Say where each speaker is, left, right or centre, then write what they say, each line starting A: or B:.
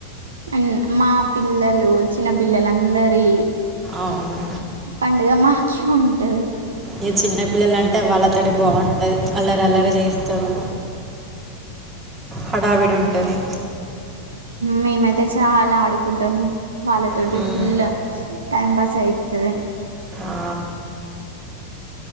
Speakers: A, on the right; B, on the right.
A: అం మా పిల్లలు చిన్న పిల్లలు అందరి
B: అవును.
A: పండుగ మాకే ఉంటది
B: ఏ చిన్నపిల్లల అంటే వాళ్ళు తోడి బాగుంటుంది అల్లరి అల్లరి చేస్తారు హడావిడి ఉంటది
A: మేమైతే చాలా ఆడుకుంటాం వాళ్ళతోటి
B: హ్మ్.
A: ఫుల్ టైం పాస్ అయి తది
B: ఆ!